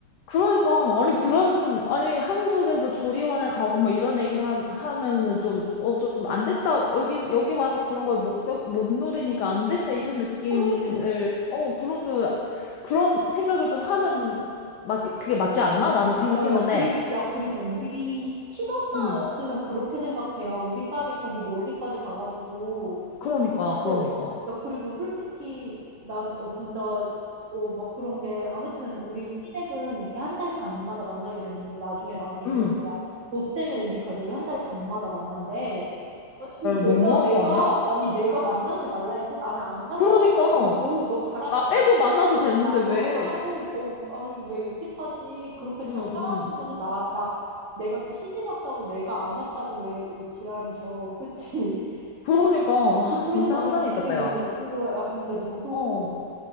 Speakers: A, on the left; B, on the right.
A: 그러니까 아니 그런
B: 야,
A: 아니 한국에서 조리원에 가고 뭐 이런 얘기 하, 하면은 좀 어 좀 안 됐다 여기 여기 와서 그런 걸 못못 누리니까 안 됐다 이런 느낌을
B: 그래.
A: 어 그런 거 그런 생각을 좀 하면 맞 그게 맞지 않나 나는 생각했는데
B: 야, 야, 그리고, 야, 그리고 우리 친엄마였으면
A: 어음
B: 그렇게 생각해요. 우리 딸이 거기 멀리까지 가가지고.
A: 그러니까 그러니까
B: 어, 야, 그리고 솔직히 난, 어, 진짜, 어, 막 그런 게, 아무튼 우리 시댁은 이렇게 한 달 반마다 만나게 됐는데 나중에 나한테 이러는
A: 음음헐
B: 거야. 너 때문에 우리 가족이 한 달 반마다 만난대. 아니, 내가,
A: 너무한
B: 내가,
A: 거 아니야?
B: 아니, 내가 만나지 말라 했어? 나는 안 간다.
A: 그러니까
B: 너, 너, 너 가라고.
A: 나 빼고 만나도 되는데
B: 어, 남편
A: 왜
B: 가라고. 어, 아니, 왜 여태까지 그렇게
A: 음
B: 잘 살아왔으면서
A: 음
B: 나, 나, 내가 시집 왔다고 내가 안 왔다고 왜, 왜 지랄이셔. 그치?
A: 그러니까 아
B: <laughs> 그래서
A: 진짜
B: 나는
A: 황당했겠다
B: 기분이 너무
A: 야
B: 나쁜 거야. 야, 근데 너도
A: 어.